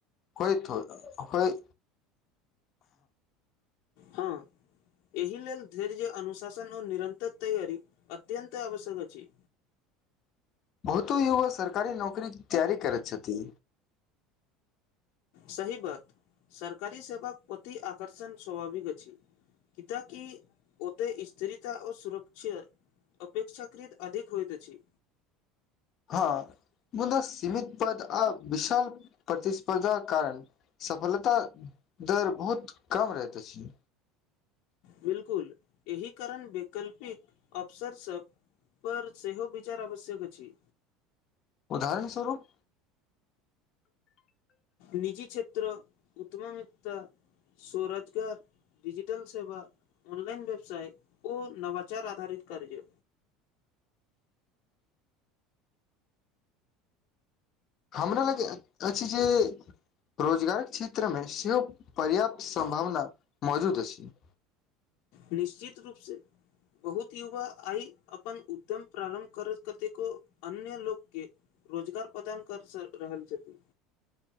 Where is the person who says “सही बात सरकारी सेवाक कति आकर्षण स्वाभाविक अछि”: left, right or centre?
Left